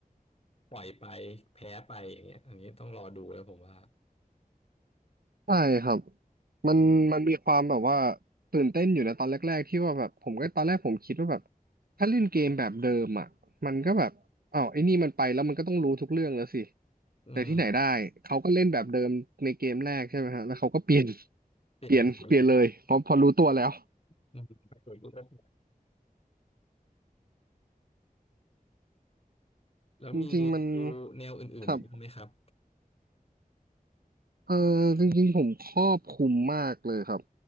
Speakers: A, on the left; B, on the right.
A: ปล่อยไปแพ้ไปอย่างเงี้ยอันนี้ต้องรอดูแล้วผมว่า
B: ใช่ครับมันมันมีความแบบว่าตื่นเต้นอยู่นะตอนแรกๆที่ว่าแบบผมก็ตอนแรกผมคิดว่าแบบถ้าเล่นเกมแบบเดิมอ่ะมันก็แบบอ้าวไอ้นี่มันไปแล้วมันก็ต้องรู้ทุกเรื่องแล้วสิ
A: อืม
B: แต่ที่ไหนได้เขาก็เล่นแบบเดิมในเกมแรกใช่ไหมฮะแล้วเขาก็เปลี่ยน <laughs>
A: เปลี่ยนแนวอยู่
B: เปลี่ยนเปลี่ยนเลยเพอพอรู้ตัวแล้ว
A: อืมไปโดยรวมแล้วมีดู
B: จริงๆมัน
A: แนวอื่นๆอีกบ้างไหมครับ
B: ครับเออจริงๆผมครอบคลุมมากเลยครับ